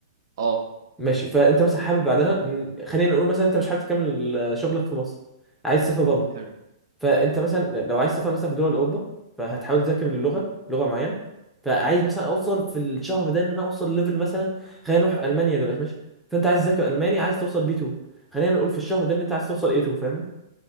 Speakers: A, on the right; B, in the centre.
A: اه
B: ماشي فانت مثلا حابب بعدها إن- خلينا نقول مثلا انت مش حابب تكمل آه، شغلك في مصر عايز تسافر بابا
A: حلو
B: فانت مثلا لو عايز تفهم مثلا في دول اوروبا فهتحاول تذاكر اللغه لغه معينه فعايز مثلا اوصل في الشهر ده ان انا اوصل ليفل مثلا خلينا نروح المانيا دلوقتي ماشي فانت عايز تذاكر
A: امم
B: الماني عايز توصل بي 2 خلينا نقول في الشهر ده ان انت عايز توصل اي 2 فاهمني